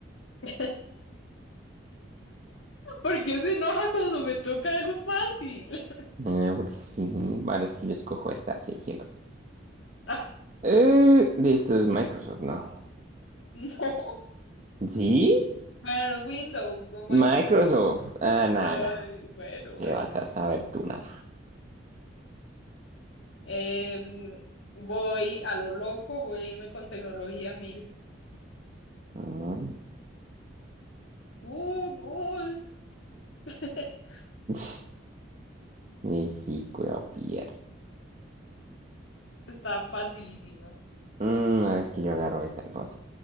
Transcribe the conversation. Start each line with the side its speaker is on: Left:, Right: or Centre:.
Left: <laughs> ¿Por qué se enoja cuando me toca algo fácil? <laughs>
Right: Eh, porque sí, ahora es que yo escojo esta 600.
Left: Ah,
Right: Eh, de esto es Microsoft, ¿no?
Left: No.
Right: ¿Sí?
Left: Bueno, Windows, no Microsoft.
Right: Microsoft. Ah, nada,
Left: Ay,
Right: nada.
Left: bueno,
Right: ¿Qué
Left: bueno.
Right: vas a saber tú nada?
Left: Em, voy a lo loco, voy a irme con tecnología mil.
Right: Mm,
Left: Uh, Google. <laughs>
Right: <laughs> Y sí, cuidado, pierde.
Left: Está facilísima.
Right: Mm, ahora es que yo agarro esta entonces.